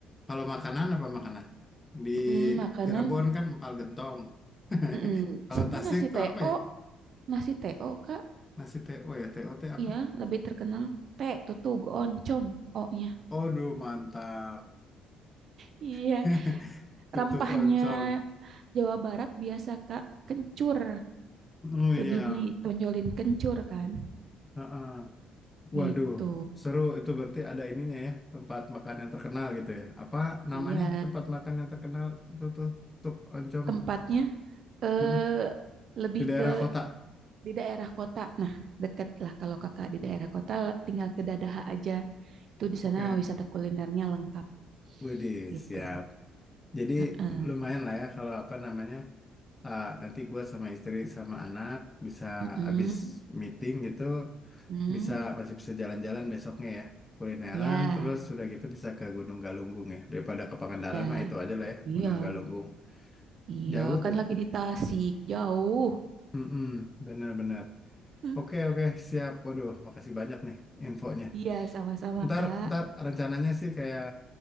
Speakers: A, on the left; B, on the right.
A: Kalau makanan apa makanan? Di
B: Mm-mm, makanan.
A: Cirebon kan empal gentong. <laughs>
B: Mm-mm.
A: Kalau
B: Sini
A: Tasik
B: nasi
A: tuh
B: teo,
A: apa ya?
B: nasi teo Kak.
A: Nasi TO ya, TOT apa?
B: Iya, lebih terkenal. T, tutug, oncom, O-nya.
A: Aduh, mantap.
B: Iya,
A: <laughs> Tutuk
B: rempahnya
A: oncom.
B: Jawa Barat biasa Kak kencur,
A: Oh iya.
B: lebih ditonjolin kencur kan,
A: Heeh. Waduh,
B: gitu.
A: seru itu berarti ada ininya ya, tempat makan yang terkenal gitu ya. Apa namanya
B: Iya,
A: tempat makan yang terkenal itu tuh tutuk oncom?
B: tempatnya eh
A: Mm-mm.
B: lebih
A: Di daerah
B: ke
A: kota.
B: di daerah kota. Nah, deket lah kalau Kakak di daerah kota, tinggal ke Dadaha aja. Itu di
A: Oke,
B: sana wisata kulinernya lengkap
A: Wede,
B: gitu.
A: siap. Jadi
B: Heeh.
A: lumayan lah ya kalau apa namanya uh, nanti gua sama istri sama anak bisa
B: Mm-mm.
A: abis meeting gitu
B: Mm.
A: bisa masih bisa jalan-jalan besoknya ya kulineran
B: Ya,
A: terus sudah gitu bisa ke Gunung Galunggung ya daripada ke Pangandaran
B: iya,
A: mah itu aja lah ya
B: iya,
A: Gunung Galunggung
B: iya.
A: jauh.
B: Kan lagi di Tasik, jauh.
A: Mm-mm, bener-bener.
B: <laughs>
A: Oke oke siap. Waduh, makasih banyak nih infonya.
B: Iya, sama-sama,
A: Ntar,
B: Kak.
A: ntar rencananya sih kayak